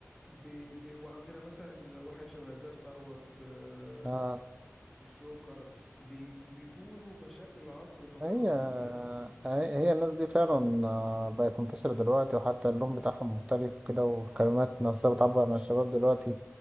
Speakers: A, in the centre; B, on the right.
A: ب... ب... وعندنا مثلا واحد شبه زاب ثروت آه،
B: آه.
A: الجوكر بي... بيقولوا مشاكل العصر وقضايا
B: هي
A: العصر كلها في اغانيهم
B: هي هي الناس دي فعلا آه، بقت منتشرة دلوقتي وحتى اللون بتاعهم مختلف كده والكلمات نفسها بتعبر عن الشباب دلوقتي